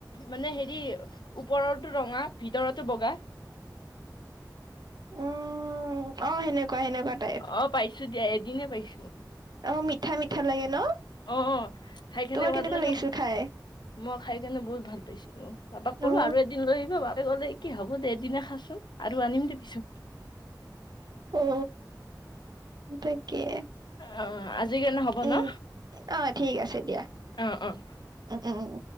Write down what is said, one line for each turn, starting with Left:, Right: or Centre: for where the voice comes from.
Left: মানে হেৰি ওপৰতো ৰঙা ভিতৰতো বগা।
Right: উম অ সেনেকুৱা সেনেকুৱা। টাইপ
Left: অ পাইছো দিয়া এদিনে পাইছো।
Right: অ মিঠা মিঠা লাগে। ন
Left: অঁ অঁ খাই কিনে
Right: তোমাৰ কেনেকুৱা
Left: ভাল লাগে।
Right: লাগিছিল খাই
Left: মই খাই কাৰণে বহুত ভাল পাইছিলো, পাপাক ক'লো
Right: অ
Left: আৰু এদিন লৈ আহিব পাপাই ক'লে কি হ'ব দে এদিনে খাচোন। আৰু আনিম দে পিছত।
Right: অ তাকে।
Left: অঁ আজি কাৰণে হব
Right: উম
Left: ন।
Right: অ ঠিক আছে দিয়া
Left: অঁ অঁ।
Right: উম উম উম।